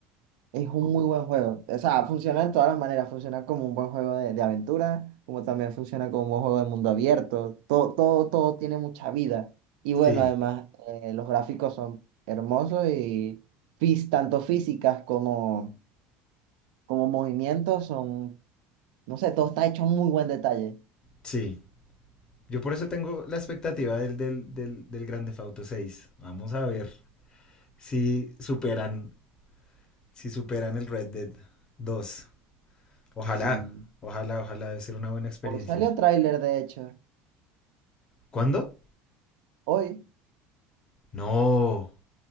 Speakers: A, on the right; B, on the left.
A: es un muy buen juego. O sea, funciona en todas las maneras. Funciona como un buen juego de, de aventura, como también funciona como un buen juego de mundo abierto. Todo, todo, todo tiene mucha vida. Y bueno,
B: Sí,
A: además, eh, los gráficos son hermosos y fis- tanto físicas como, como movimientos son, no sé, todo está hecho en muy buen detalle.
B: sí. Yo por eso tengo la expectativa del, del, del, del Grande Fauto seis Vamos a ver. si superan, si superan el Red Dead dos Ojalá,
A: Sí.
B: ojalá, ojalá debe ser una buena experiencia.
A: Hoy salió tráiler, de hecho.
B: ¿Cuándo?
A: Hoy.
B: No,